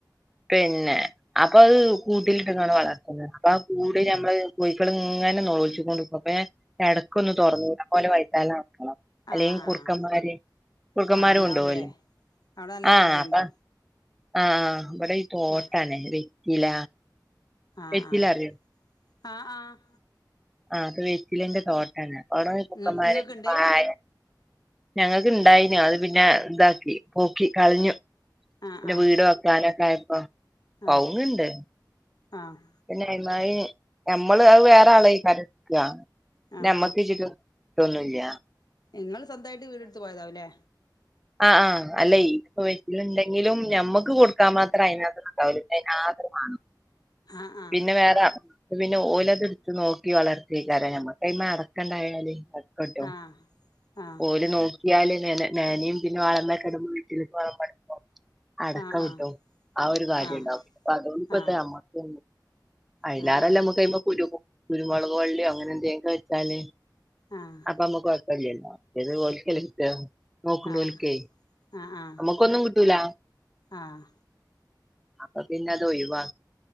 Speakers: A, in the centre; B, on the left (about 60°).
A: പിന്നെ അപ്പൊ അഹ് കൂട്ടിലിട്ട്കാണ്ട് വളർത്ത്ന്നതാ അപ്പൊ ആ കൂട് ഞമ്മള് കോഴക്കള് ഇങ്ങനെ നോളച്ച്കൊണ്ട് നിക്കും അപ്പോ ഞാൻ എടക്കൊന്ന് തുറന്നൂ അപോലെ വൈതാലെ നടക്കണം. അല്ലെങ്ക
B: ആഹ് ആഹ്
A: കുറുക്കന്മാര് കുറുക്കന്മാരും
B: ആഹ് ഉണ്ടാവൂലേ
A: കൊണ്ടവല്ലോ
B: അവിടെ നല്ല
A: ആഹ
B: ശല്യണ്ടോ
A: അതാണ്. ആഹ ഇവിടെ ഈ തോട്ടാണ്
B: ആഹ്
A: വെറ്റില.
B: ആഹ്
A: വെറ്റില
B: ആഹ്
A: അറിയോ
B: ആഹ് ആഹ്.
A: ആഹ അപ്പൊ വെറ്റിലന്റെ തോട്ടാണ് അവടെ ഈ കുറുക്കൻ
B: ഇങ്ങ
A: മാരെ
B: ഇങ്ങക്ക്ണ്ട്
A: താഴെ ഞങ്ങക്ക് ഇണ്ടായിനു അത് പിന്നെ ഇതാക്കി പോക്കി കളഞ്ഞു.
B: ആഹ്
A: പിന്നെ
B: ആഹ്
A: വീട് വെക്കാനൊക്കെ ആയപ്പോ കൗവുങ്‌ണ്ട്.
B: ആഹ് ആഹ്.
A: പിന്നെ അയ്‌ മാരി നമ്മള് അത് വേറെ ആളെ <unintelligible>
B: ആഹ്
A: ട്ടൊന്നുംല്യ.
B: നിങ്ങള്സ്വന്തമായിട്ട് വീട് എടുത്ത് പോയതാവുല്ലേ.
A: ആഹ് ആഹ് അല്ല പോ ഇതി ഉണ്ടെങ്കിലും ഞമ്മുക്ക് കൊടുക്കാൻ മാത്രം അതിനാത്ത് ഉണ്ടാവൂല അതിനാത്രം വാണം.
B: ആഹ് ആഹ്
A: പിന്നെ വേറെ. പിന്നെ ഓല ത് ട്ത് നോക്കി വളർത്തി കാര ഞമ്മ ഐമെ അടക്കണ്ടായാല്. കേട്ടോ
B: ആഹ് ആഹ്
A: ഓല് നോക്കിയാല് ന്നനിം. പിന്നെ <unintelligible> വ് ട്ടില് പോവുമ്പോ അടക്ക
B: ആഹ്
A: കിട്ടും ആ ഒര് കാര്യം
B: ആഹ്
A: ൻണ്ടാവും. അതോപ്പത്തെ
B: ആഹ് ആഹ്
A: അമ്മക് അയ്ല്ലാറല്ല
B: ആഹ് ആഹ് ആഹ്
A: നല്ലനമ്മക്ക് കുരു കുരുമുക് വള്ളിയോ അങ്ങനെ എന്തേലും വെച്ചാല്.
B: ആഹ.
A: അപ്പ നമ്മക്ക് കുഴക്കല്ലോ അതോൽക്കെല്ലേ ക്ട്ട നോക്ണോൽക്.
B: ആഹ്
A: <unintelligible> ഏയ്
B: ആഹ്
A: നമ്മുക്കൊന്നും കിട്ടൂല.
B: ആഹ്
A: അപ്പൊ പിന്നെ അത് ഒയിവാ